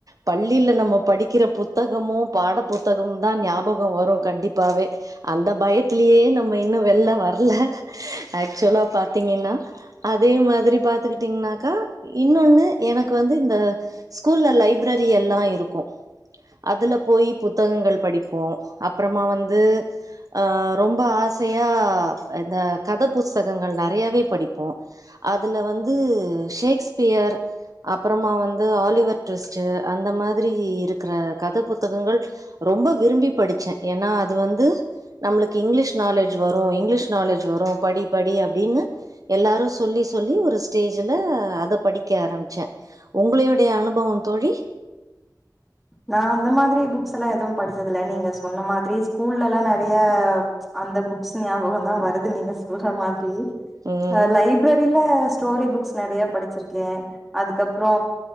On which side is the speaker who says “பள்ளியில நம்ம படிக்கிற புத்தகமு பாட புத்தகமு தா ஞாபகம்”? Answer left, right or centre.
Right